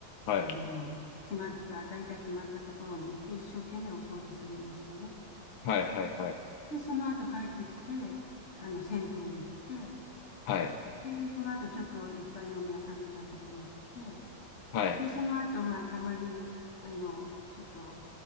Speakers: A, on the left; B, on the left.
A: はい、
B: あの、決まった、大体決まったところに行って一生懸命お掃除するんですよね。
A: はい、はい、はい、
B: で、でその後帰ってきて、あの、銭湯に行って、
A: はい、
B: で、その後ちょっといっぱい飲み屋さんみたいなところ行って、
A: はい、
B: で、その後、まあ、たまに、あの、ちょっと